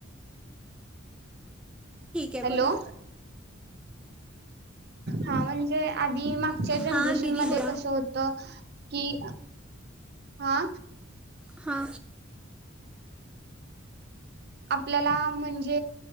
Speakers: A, in the centre; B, on the right (about 55°).
A: ठीक आहे
B: हॅलो
A: बोला.
B: हा म्हणजे- आधी मागच्या
A: हा
B: जनरेशन
A: दिदी
B: मध्ये
A: बोला
B: कसं होत? कि हा
A: हा.
B: आपल्याला म्हणजे